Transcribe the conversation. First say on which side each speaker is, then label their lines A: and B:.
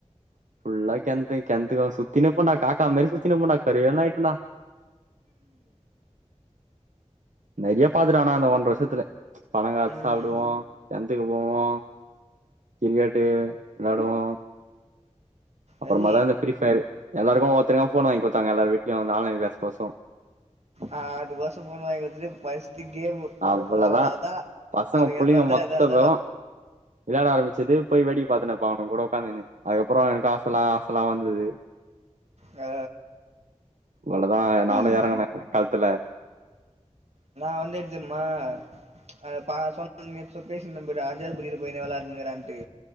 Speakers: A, on the right; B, on the right.
A: ஃபுல்லா கென்தே கென்தே சுத்தினு இருப்போண்டா காக்கா மேரி சுத்தினு இருப்போண்டா கரேர்னு ஆயிட்டண்டா நெறைய பாத்துட்டுனா அந்த ஒன்ற வருஷத்துல பழ
B: ம்
A: சாப்டுவோ கெண்த்துக்கு போவோ கிரிக்கெட்டு விளாடுவோ அப்றமாதா
B: அது
A: இந்த ப்ரீஃபர் எல்லாருக்கு ஒவ்வொருத்தருக்கு ஃபோன் வாங்கி குடுத்தாங்க எல்லார் வீட்லயு இந்த ஆன்லைன் க்ளாஸ் கொசரு
B: ஆ அதுக்கொசர ஃபோன் வாங்கி குடுத்துட்ட்டு பஸ்ட்டு கேமு
A: அவ்ளதா
B: அவ்ளோதா
A: பசங்க
B: அதுக்கப்றோ
A: புள்ளைங்க
B: தா
A: மொத்த
B: எது அதெல்லா
A: பேரு வெளாயட ஆரம்பச்சது போய் வேடிக்க பாத்துனுப்ப அவனுக கூட உட்காந்துனு அதுக்கப்புற எனக்கு ஆசலா ஆசலா வந்துது
B: ஆ
A: அவ்வளதா நானு
B: ம்
A: எறங்குனே களத்துல
B: இந்தா வந்துடுச்சமா அ ப சொன்ன பேசிருந்த பாரு அஞ்சாது படிக்கிற பையனே விளாண்டுக்குறான்ட்டு